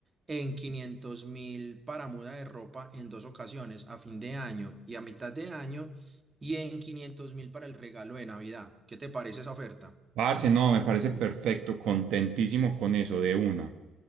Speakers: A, on the right; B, on the right.
A: en quinientos mil para muda de ropa en dos ocasiones, a fin de año y a mitad de año, y en quinientos mil para el regalo de Navidad. ¿Qué te parece esa oferta?
B: Parce, no, me parece perfecto, contentísimo con eso, de una,